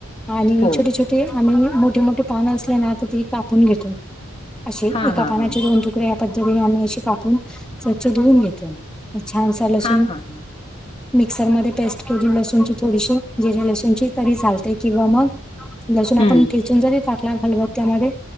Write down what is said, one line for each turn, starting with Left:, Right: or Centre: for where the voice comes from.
Centre: आणि
Left: हो
Centre: छोटी छोटी ते आम्ही मोठे मोठे पान असले ना आ ते कापून घेतो असे
Left: हां
Centre: एका
Left: हां
Centre: पानाचे
Left: हां
Centre: दोन ह्या पद्धतीने आम्ही अशी कापून स्वच्छ धुवून घेते छान लसून
Left: हां हां हां
Centre: मिक्सर मध्ये पेस्ट केली लसूणची थोडीशी जिरं लसूणची तरी चालते किंवा मग लसून आपण
Left: हम्म
Centre: ठेचून जरी टाकला खलबत्यामध्ये